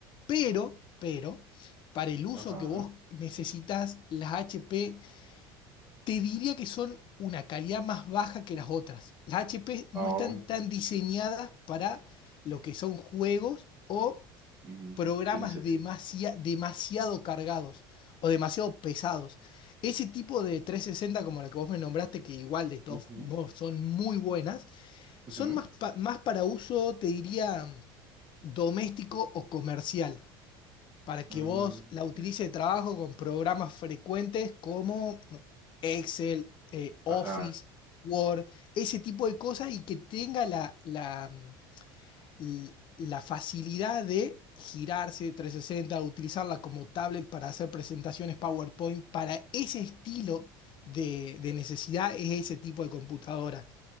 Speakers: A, on the left; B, on the right.
A: pero, pero, para el uso
B: Ajá.
A: que vos necesitas, las HP te diría que son una calidad más baja que las otras. Las HP no
B: Oh,
A: están tan diseñadas para lo que son juegos o
B: mm,
A: programas
B: tiene sentido.
A: demasi- demasiado cargados o demasiado pesados. Ese tipo de 360 como la que vos me nombraste, que igual de todos
B: Ujú,
A: modos son muy buenas,
B: ujú,
A: son más, pa- más para uso, te diría, doméstico o comercial para que
B: mm,
A: vos la utilices
B: ya.
A: de trabajo con programas frecuentes como no, Excel, eh, Office,
B: Ajá.
A: Word, ese tipo de cosas y que tenga la, la, mm, l- la facilidad de girarse 360, utilizarla como tablet para hacer presentaciones PowerPoint. Para ese estilo de, de necesidad es ese tipo de computadora.